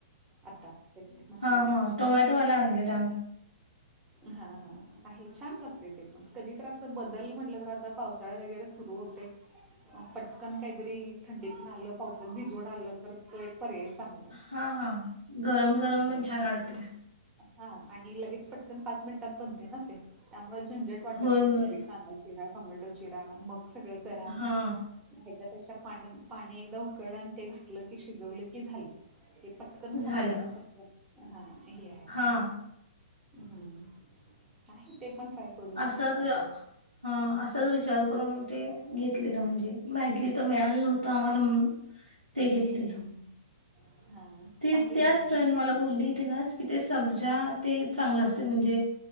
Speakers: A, on the right; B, on the right.
A: आता त्याचे मसाला
B: हा
A: ओटचे
B: हा टोमॅटोवाला आणलेला आम्ही
A: हा हा आहे छान लागते ते पण कधी तर अस बदल म्हटलं तर आता पावसाळा वगैरे सुरू होते पटकन काहीतरी थंडीतन आलं पावसात भिजून आलं तर तो एक.. पर्याय चांगला आहे.
B: हा हा गरम गरम
A: हा
B: पण छान वाटते
A: हा आणि लगेच पटकन पाच मिनिटात बनते ना ते अ झंजट वाटत
B: होय
A: नाही
B: होय
A: कुठली कांदा चिरा टोमॅटो चिरा मग- सगळ करा...
B: हा
A: त्या पेक्षा पाणी, पाणी एकदा उकळल आणि ते घातलं की शिजवलं की झालं हे पटकन खाताय
B: झालं.
A: ना सारख हा हे आहे
B: हा
A: हम्म नाही ते पण ट्राय करू
B: असाच
A: शकते आपण.
B: <unintelligible> हा असाच विचार करून ते घेतलेलं म्हणजे मॅगी तर मिळालं नव्हत आम्हाला म्हणून ते
A: हम्
B: घेतलेलं.
A: हम्म हम्म हम्म हा
B: ती
A: चांगलं
B: त्याच
A: आहे की मग
B: फ्रेंड मला बोलली तिनंच किथे सब्जा ते चांगलं असते म्हणजे